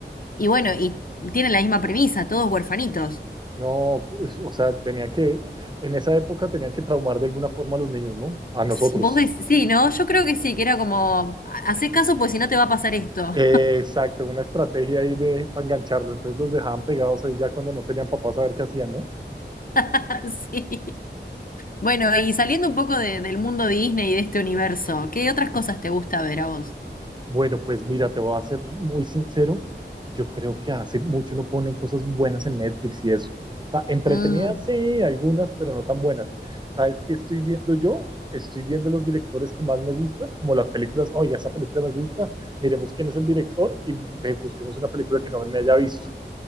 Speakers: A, on the left; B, on the right.
A: y bueno, y tiene la misma premisa, todos huerfanitos.
B: No, pues, o sea, tenía que, en esa época tenían que traumar de alguna forma a los niños, ¿no? A nosotros.
A: S- Vos decís, sí, ¿no? Yo creo que sí, que era como, haces caso pues si no te va a pasar esto.
B: Eh, exacto, una estrategia ahí de para engancharlo. Entonces los dejaban pegados ahí ya cuando no tenían papás a ver qué hacían, ¿no?
A: <laughs> Sí. Bueno, y saliendo un poco de- del mundo Disney y de este universo, ¿qué otras cosas te gusta ver a vos?
B: Bueno, pues mira, te voy a ser muy sincero. Yo creo que hace mucho no ponen cosas buenas en Netflix y eso. O sea, entretenidas,
A: Mm,
B: sí, algunas, pero no tan buenas. ¿Sabes qué estoy viendo yo? Estoy viendo los directores que más me gustan, como las películas. Oye, esa película me gusta, miremos quién es el director y pues, busquemos una película que no me haya visto.